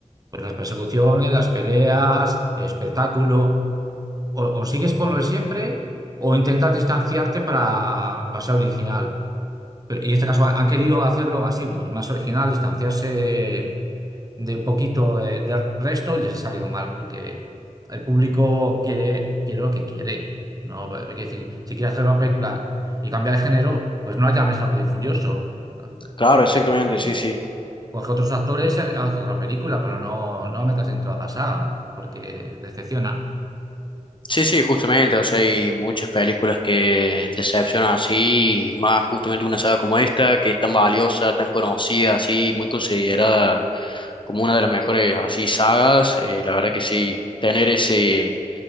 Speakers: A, on the right (about 30°); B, on the left (about 40°).
A: Pues las persecuciones, las peleas, el espectáculo. O, o sigues con lo de siempre, o intentas distanciarte para pasar original. Pero- Y en este caso han han querido hacerlo así, pues más original, distanciarse de un poquito de- del resto y les ha salido mal, porque el público quiere, quiere lo que quiere. No, Eh, quiere decir, si quieres hacer una película y cambiar de género, pues no la llames Rápido y Furioso.
B: Claro,
A: A ver,
B: exactamente,
A: eh,
B: sí, sí.
A: Coge otros actores y haz haz otra película, pero no, no metas dentro de la saga, porque decepciona.
B: Sí, sí, justamente, o sea, hay muchas películas que te decepcionan así, y más justamente una saga como esta, que es tan valiosa, tan conocida, así, muy considerada como una de las mejores así sagas, eh, la verdad que sí, tener ese,